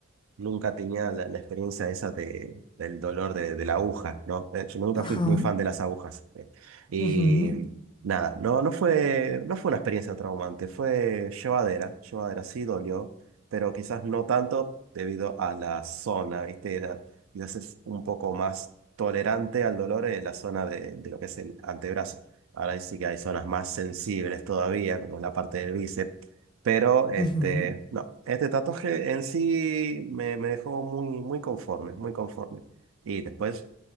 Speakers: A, on the right (about 80°); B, on the left (about 25°).
A: Nunca tenía la, la experiencia esa de- del dolor de, de la aguja, ¿no? Eh, Yo nunca fui
B: Ajá.
A: muy fan de las agujas. eh. Y
B: ujú,
A: nada, no, no fue, no fue una experiencia traumante, fue llevadera, llevadera, sí dolió, pero quizás no tanto debido a la zona, ¿viste? Era- quizás es un poco más tolerante al dolor en la zona de, de lo que es el antebrazo. Ahora sí que hay zonas más sensibles todavía, como la parte del bíceps. Pero este,
B: ujú,
A: no, este tatuaje en sí me, me dejó muy, muy conforme, muy conforme. Y después,